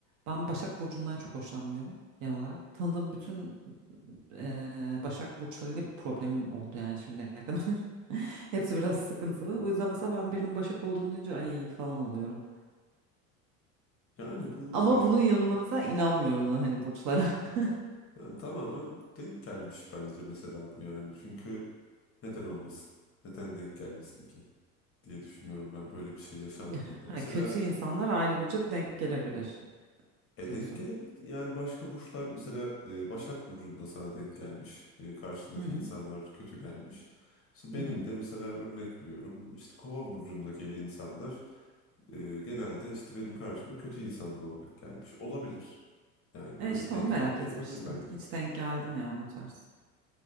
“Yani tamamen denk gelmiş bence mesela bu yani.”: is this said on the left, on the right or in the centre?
Left